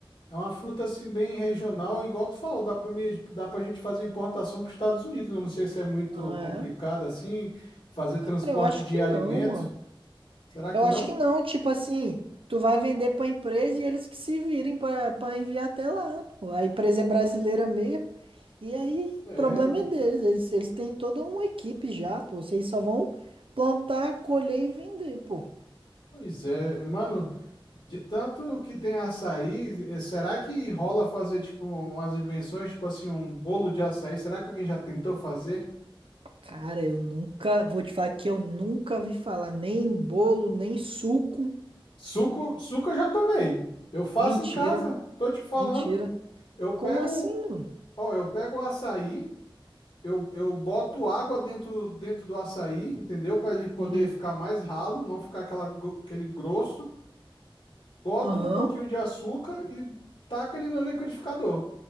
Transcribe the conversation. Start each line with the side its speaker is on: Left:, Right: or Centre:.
Left: É uma fruta assim bem regional, igual tu falou, dá para dá para a gente fazer importação para os Estados Unidos. Eu não sei se é muito
Right: Ah,
Left: complicado
Right: é?
Left: assim fazer transporte
Right: Cara, eu acho
Left: de
Right: que
Left: alimento.
Right: não, mano.
Left: Será
Right: Eu
Left: que
Right: acho
Left: não?
Right: que não, tipo assim, tu vai vender pra empresa e eles que se virem pra pra enviar até lá, pô. A empresa é brasileira mesmo, e aí
Left: É,
Right: o problema é deles, eles, eles têm toda uma equipe já, pô. Vocês só vão plantar, colher e vender, pô.
Left: pois é, mano, de tanto que tem açaí, eh, será que rola fazer tipo umas invenções, tipo assim, um bolo de açaí? Será que alguém já tentou fazer?
Right: Cara, eu nunca, vou te falar que eu nunca vi falar nem em bolo, nem em suco.
Left: Suco, suco eu já tomei. Eu faço
Right: Mentira,
Left: em casa, tô te falando.
Right: mentira.
Left: Eu pego,
Right: Como assim, mano?
Left: ó, eu pego o açaí Eu, eu boto água dentro, dentro do açaí, entendeu? Para ele poder
Right: Sim.
Left: ficar mais ralo, não ficar aquela, gro- aquele grosso. Boto
Right: Aham,
Left: um pouquinho de açúcar e taca ele no liquidificador.